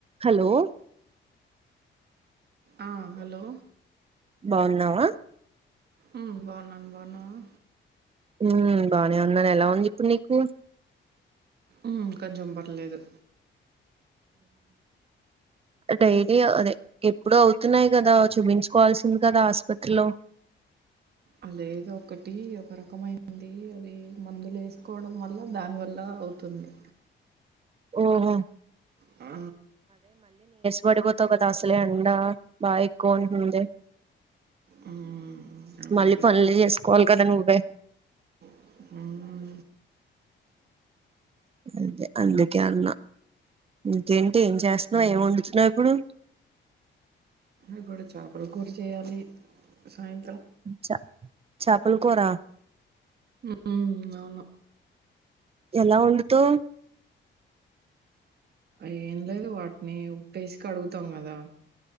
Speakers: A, on the right; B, on the right.
A: Hello
B: ఆ hello
A: బాగున్నావా
B: ఉమ్ బాగున్న నవ్ బాగున్నావా
A: ఉమ్ బానే ఉన్నాను ఎలా ఉంది ఇప్పుడు నీకు
B: ఉమ్ కొంచెం పర్లేదు
A: ఉ డైలీ అదే ఎప్పుడు అవుతున్నాయి కదా చూపించుకోవాల్సింది కదా ఆసుపత్రిలో
B: ఆ లేదు ఒకటి ఒక రకమయింది మది మందులు వేసుకోవడం వల్ల దానివల్ల అవుతుంది
A: ఓహో
B: ఆ
A: బడకి బోతవుగా అస్లే ఎండా బా ఎక్కువ ఉంటోంది
B: హ్మ్. అదే.
A: మళ్ళీ
B: అదే.
A: పనులు చేసుకోవాలి కదా నువ్వే
B: ఉహుం
A: అదే అందుకే అన్న ఇంకేంటి ఏం చేస్తున్నావు
B: హ్మ్.
A: ఏం వండుతున్నావు ఇప్పుడు
B: ఇప్పుడు చాపల కూర చేయాలి సాయంత్రం
A: చ చాపలు కూరా
B: హ్మ్. అవును.
A: ఎలా వండుతవు
B: ఏం లేదు వాటిని ఉప్పేసి కడుగుతాం కదా